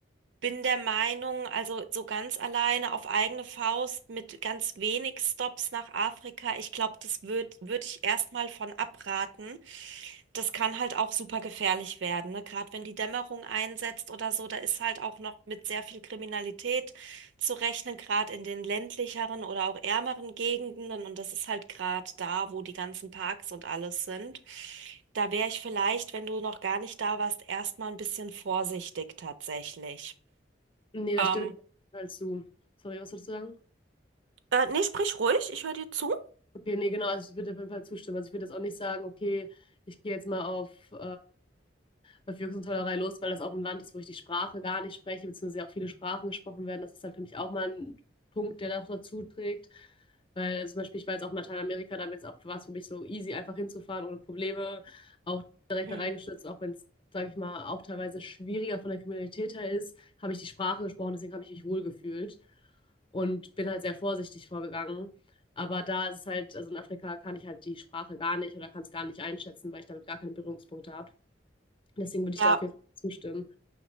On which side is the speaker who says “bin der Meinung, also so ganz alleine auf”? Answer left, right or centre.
Right